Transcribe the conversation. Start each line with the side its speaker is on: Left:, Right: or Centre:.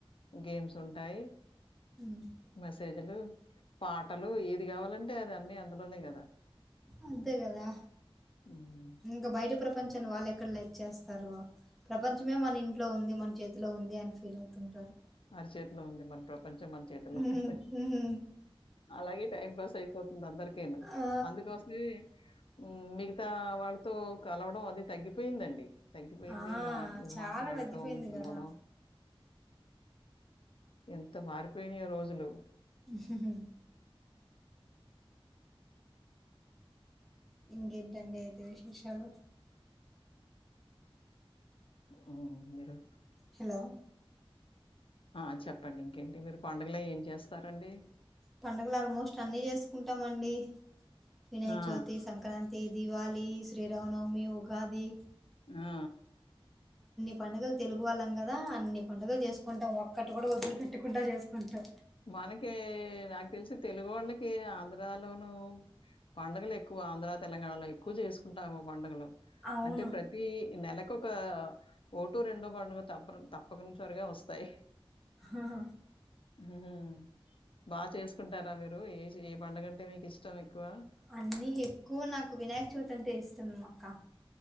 Left: గేమ్స్ ఉంటాయ్
Centre: ఉమ్
Left: మెసేజ్లు. పాటలు ఏది కావాలంటే అది అన్నీ అందులోనే గదా.
Centre: అంతే గదా
Left: హ్మ్.
Centre: ఇంకా బయట ప్రపం. ప్రపంచాన్ని వాళ్ళు ఎక్కడ లైక్ చేస్తారో ప్రపంచమే మన ఇంట్లో ఉంది మన చేతిలో ఉంది అని ఫీల్ అవుతుంటారు.
Left: అరి చేతిలో ఉంది మన ప్రపంచం మన చేతిలో
Centre: ఉమ్,
Left: ఉహ్ ఉహ్ ఉంది
Centre: ఉమ్.
Left: అలాగే టైంపాస్ అయిపోతుంది అందరికేను
Centre: ఆ
Left: అందుకోసమీ ఉమ్ మిగతా వాళ్లతో కలవడం అది తగ్గిపోయిందండి తగ్గిపోయింది
Centre: ఆ
Left: మాట్
Centre: చాలా
Left: మాట్లాడటం
Centre: తగ్గిపోయింది
Left: గిలవడం
Centre: కదా
Left: ఎంత మారిపోయినయో రోజులు.
Centre: ఉమ్. ఇంకేంటండి అయితే విశేషాలు.
Left: అవును మీరు.
Centre: హలో
Left: ఆ చెప్పండి ఇంకేంటి మీరు పండగ్లో ఏం చేస్తారండి
Centre: పండగలు ఆల్మోస్ట్ అన్ని చేసుకుంటామండి వినాయక్
Left: ఆ!
Centre: చౌతి సంక్రాంతి దివాలి శ్రీరామనవమి ఉగాది
Left: ఆ ఆ
Centre: పండగలు తెలుగు వాళ్ళం గద అన్ని పండగలు చేసుకుంటం ఒక్కటి గుడ ఒదిలి పెట్టకుంట చేసుకుంటం
Left: మనకె నాక్ తెలిశి తెలుగు ఒళ్ళకి ఆంధ్ర ధ్రాలోను పండగలు ఎక్కువ ఆంధ్ర తెలంగాణలొనై ఎక్కువ చేసుకుంటాము పండుగలు
Centre: అవును
Left: అంటే ప్రతి నెలకొక ఓటొ రెండొ పండుగ తప్ప తప్పనుసరిగ ఒస్తయ్
Centre: అహహ
Left: ఉహూ హూ బా చేసుకుంటర మీరు ఏ ఏ పండగంటే మీకు ఇష్టం ఎక్కువ
Centre: అన్నీ ఎక్కువ నాక్ వినాయక్ చౌతి అంటే ఇష్టం అక్క